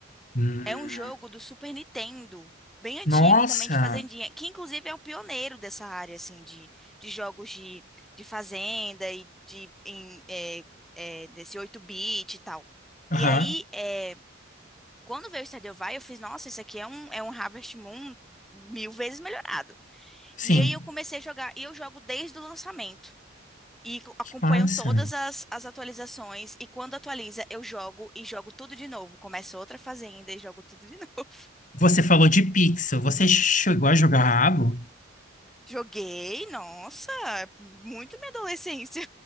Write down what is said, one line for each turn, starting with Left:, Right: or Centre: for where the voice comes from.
Left: Hum,
Centre: É um jogo do Super Nintendo, bem antigo
Left: nossa.
Centre: também, de fazendinha, que inclusive é o pioneiro dessa área, assim, de, de jogos de, de fazenda e de, em, é, é, desse oito bit e tal.
Left: Aham.
Centre: E aí, é, quando veio o Stardew Valley, eu fiz, nossa, isso aqui é um, é um Harvest Moon mil vezes melhorado.
Left: Sim.
Centre: E aí eu comecei a jogar. E eu jogo desde o lançamento. E co- acompanho
Left: Que massa.
Centre: todas as, as atualizações. E quando atualiza, eu jogo e jogo tudo de novo. Começo outra fazenda e jogo tudo de <laughs> novo.
Left: Você falou de pixel. Você chegou a jogar Rabo?
Centre: Joguei, nossa, muito minha adolescência.